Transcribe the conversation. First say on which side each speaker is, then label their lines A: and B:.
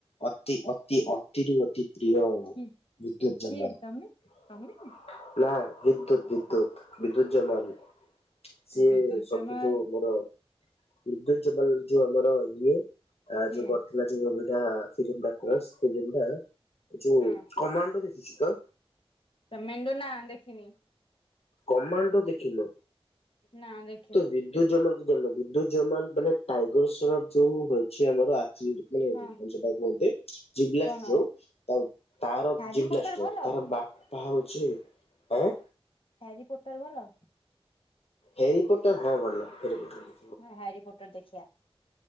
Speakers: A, on the left (about 75°); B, on the left (about 60°).
A: ଅତି ଅତି ଅତିରୁ ଅତି ପ୍ରିୟ
B: କି
A: ବିଦ୍ୟୁତ ଜେନାଲ।
B: କିଏ ତମେ ତମେ
A: ନା ବିଦ୍ୟୁତ ବିଦ୍ୟୁତ ବିଦ୍ୟୁତ ଜନାଲ।। ସିଏ
B: ବିଦ୍ୟୁତ
A: ସବୁଠୁ
B: ଜମାଲ
A: ମୋର ବିଦୁତ ଜନାଲ ଯୋଉ ଆମର ଇଏ ଆ
B: କିଏ
A: ଯୋଉ କରିଥିଲା ଯୋଉ ଅବିକା ସେ ଯୋଉ <unintelligible> ଫିଲ୍ମଟା। ଯୋଉ
B: ହଁ
A: କମାଣ୍ଡ ଦେଖିଛୁ ତ।
B: ତ ମେଣ୍ଡୁ ନା ଦେଖିନି।
A: କମାଣ୍ଡୋ ଦେଖିନ।
B: ନା ଦେ
A: ତ ବିଦ୍ୟୁତ ଜମକ ଜମଲ ବିଦ୍ୟୁତ ଜମଲ ମାନେ ଟାଇଗରସର ଯୋଉ ଅଛି ଆମର <unintelligible> ମାନେ
B: ହଁ
A: କଣ ସେଟାକୁ କୁହନ୍ତି ଜିବ୍ଲାସ
B: କଣ
A: ଯୋଉ। ତା ତାର
B: ହ୍ୟାରି
A: ଯେମିତି
B: ପୋଟର
A: ଅଷ୍ଟର
B: ଭଲ
A: ତାର ବାପପା ହଉଚି ହେଁ
B: ହାରି ପୋର୍ଟର ଭଲ?
A: ହେରରିପୋର୍ଟ ହଁ ଭଲ ହେରରିପୋର୍ଟର ଭଲ।
B: ହଁ ହାରି ପୋର୍ଟର ଦେଖିଆ।